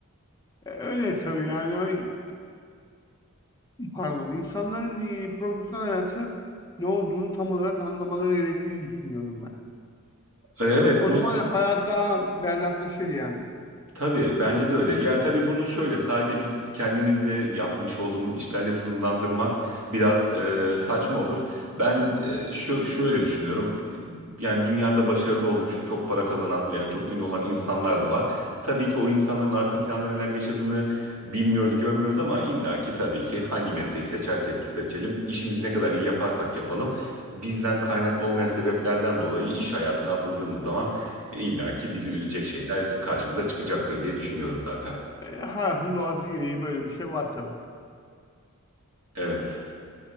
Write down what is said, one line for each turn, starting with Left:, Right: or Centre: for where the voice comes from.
Left: E, öyle tabii yani. Ay, Pardon. insanların e, profesyonel hayatı ne olduğunu tam olarak anlamaları gerektiğini düşünüyorum ben.
Right: Evet,
Left: O
Right: bu
Left: zaman hayat daha berraklaşır yani.
Right: Tabii bence de öyle. Yani tabii bunu şöyle sadece biz kendimizle yapmış olduğumuz işlerle sınırlandırmak biraz e, saçma olur. Ben e, şu şöyle düşünüyorum. Yani dünyada başarılı olmuş, çok para kazanan veya çok ünlü olan insanlar da var. Tabii ki o insanların arka planda neler yaşadığını bilmiyoruz, görmüyoruz ama illaki tabii ki hangi mesleği seçersek seçelim, işimizi ne kadar iyi yaparsak yapalım, bizden kaynaklı olmayan sebeplerden dolayı iş hayatına atıldığımız zaman İlla ki bizi üzecek şeyler karşımıza çıkacaktır diye düşünüyorum zaten.
Left: E, hayatın doğası gereği böyle bir şey var tabii.
Right: Evet.